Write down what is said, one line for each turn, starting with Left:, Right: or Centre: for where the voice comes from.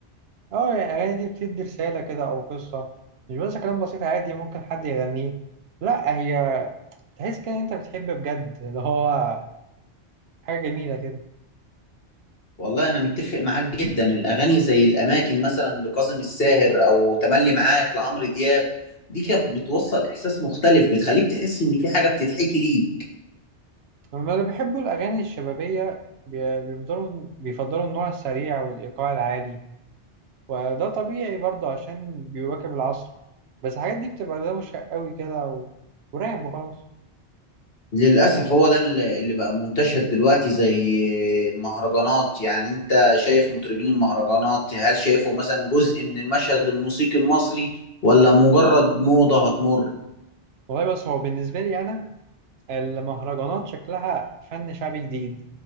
Right: اه يعني الأغاني دي بتدي رسالة كده أو قصة مش بس كلام بسيط عادي ممكن حد يغنيه لا هي تحس كده إن أنت بتحب بجد اللي هو حاجة جميلة كده
Left: والله انا متفق معاك جدا الاغاني زي الاماكن مثلا لكاظم الساهر او تملي معاك لعمرو دياب دي كانت بتوصل احساس مختلف بتخليك تحس ان في حاجه بتتحكي ليك
Right: أما اللي بيحبوا الأغاني الشبابية بي- بيفضلوا بيفضلوا النوع السريع والإيقاع العالي وده طبيعي برضه عشان بيواكب العصر بس الحاجات دي بتبقى دوشة قوي كده و... وراب وخلاص
Left: للأسف هو ده اللي اللي بقى منتشر دلوقتي زي المهرجانات يعني انت شايف مطربين المهرجانات هل شايفه مثلا جزء من المشهد الموسيقي المصري ولا مجرد موضة هتمر؟
Right: والله بس هو بالنسبة لي أنا المهرجانات شكلها فن شعبي جديد